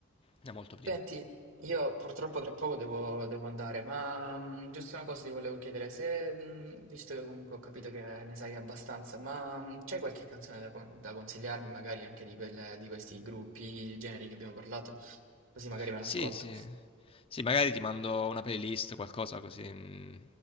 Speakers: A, on the left; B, on the right.
A: è molto prima.
B: Senti, io purtroppo tra poco devo, devo andare, ma mh, giusto una cosa ti volevo chiedere, se, mh, visto che comunque ho capito che ne sai abbastanza, ma mh, c'è qualche canzone da, con- da consigliarmi, magari anche di, quelle- di questi gruppi, generi che abbiamo parlato, così magari me l'ascolto.
A: Sì, sì. Sì, magari ti mando una playlist, qualcosa così. mm,